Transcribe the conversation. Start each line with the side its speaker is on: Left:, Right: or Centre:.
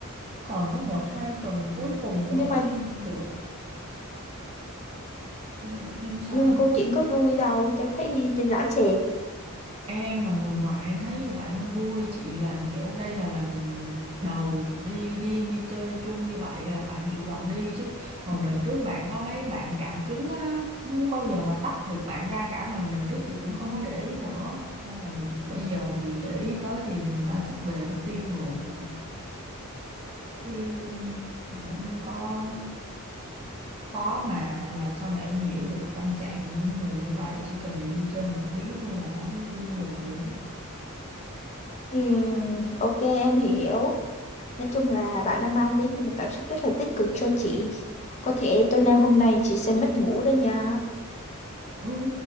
Right: còn có một hai tuần cuối cùng
Left: Nhưng
Right: mới
Left: mà
Right: đi được Ừ, nhưng sao
Left: nhưng mà câu chuyện có vui đâu, chả thấy trên rõ sệt.
Right: Em là người ngoài em thấy như vậy không vui Chị là kiểu đây là lần đầu đi riêng đi chơi chung như vậy à, Bạn chủ động đi chứ Hồi đợt trước bạn có mấy bạn cả cứng á Không bao giờ mà tách được bạn ra cả Mà đợt trước chị cũng không có để ý nữa Nên là bây giờ thì để ý tới thì người ta sắp về mất tiêu rồi Chứ ừ, cũng có khó mà làm sao mà em hiểu được tâm trạng của những người như vậy Chỉ cần được đi chơi một tí thôi là đã thấy vui rồi
Left: Ừm, ok em hiểu. Nói chung là bạn đã mang đến một cảm xúc rất là tích cực cho chị. Có thể tối nay hôm nay chị sẽ mất ngủ đó nha.
Right: Ừ.